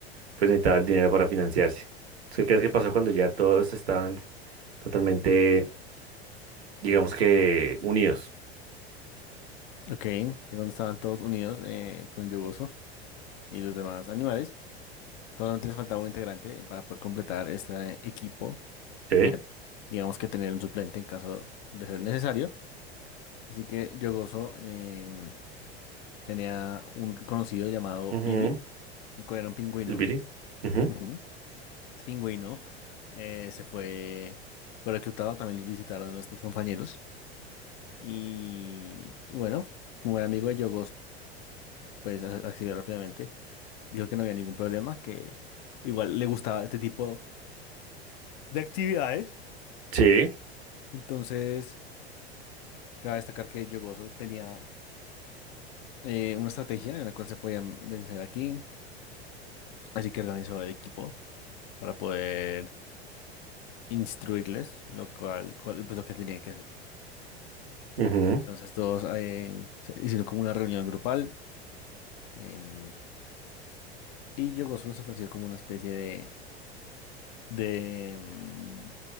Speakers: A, on the right (about 70°); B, on the left (about 50°).
A: pues necesitaba el dinero para financiarse. Entonces, ¿qué crees que pasó cuando ya todos estaban totalmente, digamos que, unidos?
B: ok. Y cuando estaban todos unidos eh, con Yugoso y los demás animales, solamente les faltaba un integrante para poder completar este equipo
A: Sí.
B: y a- digamos que tener un suplente en caso de ser necesario. Así que yo gozo, em, tenía un conocido llamado
A: Ujú,
B: Billy, el cual era un pingüino.
A: ¿El biri. Ujú,
B: Ujú. Este pingüino eh, se fue, fue reclutado, también los visitaron nuestros compañeros. Y, y bueno, como era amigo de yo pues a- accedió rápidamente. Dijo que no había ningún problema, que igual le gustaba este tipo de actividades.
A: Sí.
B: Entonces, cabe destacar que Yogoso tenía eh, una estrategia en la cual se podían vencer aquí. Así que organizó el equipo para poder instruirles lo cual, cual- pues, lo que tenían que hacer.
A: Ujú,
B: Entonces todos eh, se hicieron como una reunión grupal em, y Yogo solo se ofreció como una especie de, de em,